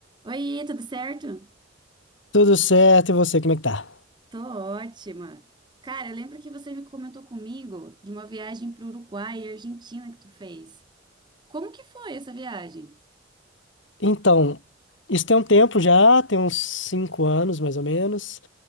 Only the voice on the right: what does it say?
Oi, tudo certo?
Tô ótima. Cara, lembra que você me comentou comigo de uma viagem pro Uruguai e Argentina que tu fez? Como que foi essa viagem?